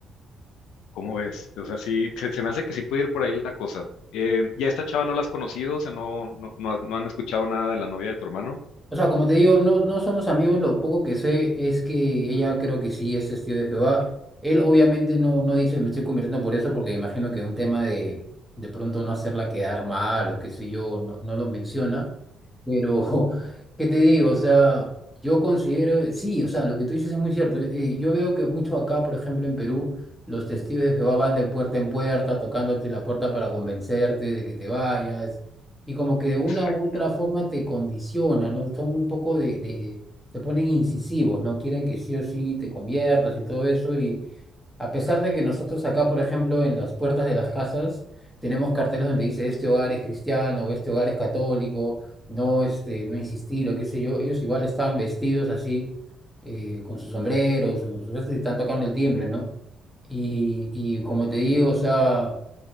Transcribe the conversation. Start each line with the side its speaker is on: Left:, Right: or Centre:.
Left: ¿Cómo ves? O sea, sí, se, se me hace que sí puede ir por ahí la cosa. Eh, ¿ya esta chava no la has conocido? O sea, no, no, no, has- no han escuchado nada de la novia de tu hermano.
Centre: O sea, como te digo, no, no somos amigos, lo poco que sé es que ella creo que sí es testigo de Jehová. Él obviamente no, no dice me estoy convirtiendo por eso, porque me imagino que un tema de de pronto no hacerla quedar mal o qué sé yo, no, no lo menciona. Pero, <laughs> ¿qué te digo? O sea, yo considero, sí, o sea, lo que tú dices es muy cierto. Eh, eh, yo veo que mucho acá, por ejemplo, en Perú, los testigos de Jehová van de puerta en puerta, tocándote la puerta para convencerte de que te vayas y como que de
Left: Exacto.
Centre: una u otra forma te condiciona, ¿no? Son un poco de, de, te ponen incisivos, ¿no? Quieren que sí o sí te conviertas y todo eso, y a pesar de que nosotros acá, por ejemplo, en las puertas de las casas, tenemos carteles donde dice este hogar es cristiano, o este hogar es católico, no, este, no insistir, o qué sé yo, ellos igual están vestidos así, eh, con sus sombreros, sus- sus- y están tocando el timbre, ¿no? Y, y como te digo, o sea...